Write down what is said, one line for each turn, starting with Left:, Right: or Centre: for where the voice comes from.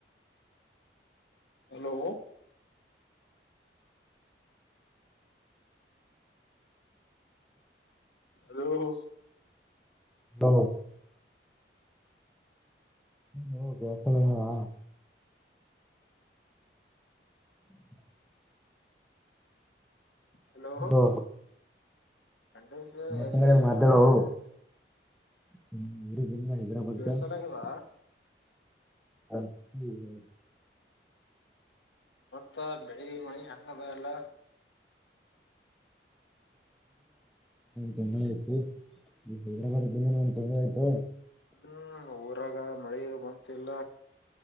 Left: ಹಲೋ ಹ ಹ
Centre: ಹ ಬಾಸ್ ಲ್ಲೆನಾ <inaudible> ಹ್ಮ <unintelligible>
Left: ಹಲೋ
Centre: ಹ
Left: ಖಂಡೇಶ
Centre: ಮತ್ತಂಗಡೆ
Left: ಎಲ್ಲಿ
Centre: ಮಾದಳ <unintelligible> ಹ್ಮ್ ಊರು ಬ ಹೈದರಾಬಾದಕ
Left: ಕೆಳ್ಸಲಾಗದ
Centre: <unintelligible> ಹ ಹ್ಮ ಹ್ಮ <inaudible>
Left: ಮತ್ತ ಬೆಳಿ ಮಳಿ ಹೆಂಗ ಅದ ಎಲ್ಲ
Centre: ತಮ್ಮ ಇತು <inaudible> ಹೈದರಾಾರ್ದೇ ಒಂದ್ ತೊಂದೆ ಆಯ್ತು
Left: ಹ್ಮ್ ಊರಾಗ ಮಳೆ ಇ ಬಂತಲ್ಲ